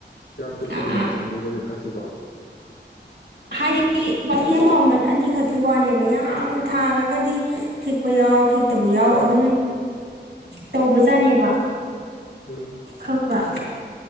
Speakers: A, on the left; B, on the right.
A: ꯌꯥꯝ ꯆꯨꯇꯨꯅ
B: ꯑꯥ
A: ꯌꯥꯝ
B: ꯑꯥ
A: ꯆꯪꯒꯗꯣꯏ ꯍꯥꯏꯁꯤꯕ
B: ꯍꯥꯏꯗꯤ ꯄꯥꯝꯕꯤ ꯑꯃꯃꯜ ꯑꯅꯤꯈꯛꯀꯤ ꯋꯥꯅꯦꯕ ꯌꯥꯝꯅ ꯊꯥꯈ꯭ꯔꯒꯗꯤ ꯈꯤꯛꯄ ꯌꯥꯎ ꯈꯤꯛꯇꯕ ꯌꯥꯎ ꯑꯗꯨꯝ ꯇꯧꯕꯖꯥꯠꯅꯦꯕ
A: ꯎꯝ
B: ꯈꯪꯕ